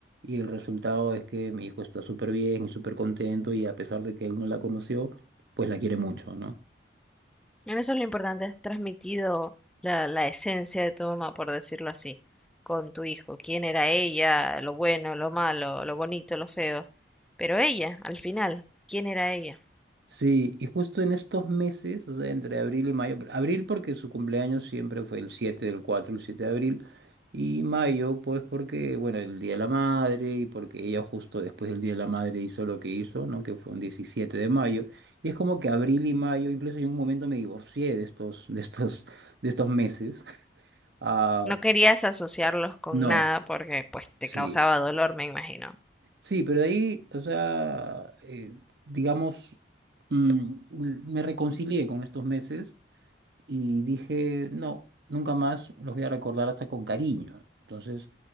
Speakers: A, on the right (about 65°); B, in the centre.
A: y el resultado es que mi hijo está súper bien y súper contento, y a pesar de que él no la conoció, pues la quiere mucho, ¿no?
B: En eso lo importante es transmitido la, la esencia de tu mamá, por decirlo así, con tu hijo, quién era ella, lo bueno, lo malo, lo bonito, lo feo, pero ella, al final, quién era ella.
A: Sí, y justo en estos meses, o sea, entre abril y mayo, abril porque su cumpleaños siempre fue el siete del cuatro el 7 de abril, y mayo pues porque, bueno, el Día de la Madre y porque ella justo después del Día de la Madre hizo lo que hizo, ¿no? Que fue un 17 de mayo, y es como que abril y mayo, incluso yo en un momento me divorcié de estos, de estos, de estos meses. Ah,
B: No querías asociarlos con
A: no,
B: nada porque pues te
A: sí,
B: causaba dolor, me imagino.
A: sí, pero de ahí, o sea, eh, digamos, mm, me reconcilié con estos meses y dije, no, nunca más los voy a recordar hasta con cariño. Entonces,